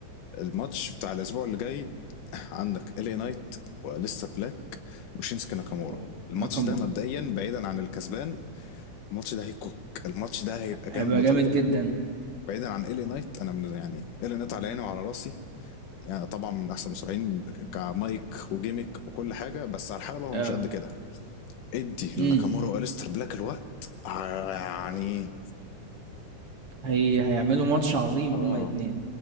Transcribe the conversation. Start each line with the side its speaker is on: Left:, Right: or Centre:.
Left: الماتش بتاع الاسبوع اللي جاي عندك الي نايت وليستر بلاك وشينسكي ناكامورا
Right: و-
Left: الماتش
Right: ناكامورا
Left: ده مبدئيا بعيدا عن الكسبان الماتش ده هيكوك الماتش ده هيبقى جامد
Right: هيبقى
Left: بطريقه
Right: جامد جدا
Left: بعيدا عن ال نايت انا من يعني ال نايت على عيني وعلى راسي يعني طبعا من احسن المصارعين كمايك وجيمك وكل حاجه بس على الحلبه هو
Right: اه
Left: مش قد كده ادي لناكامورا
Right: امم
Left: واليستر بلاك الوقت ع- يعني
Right: هي هيعملوا ماتش عظيم
Left: اه
Right: هما الاثنين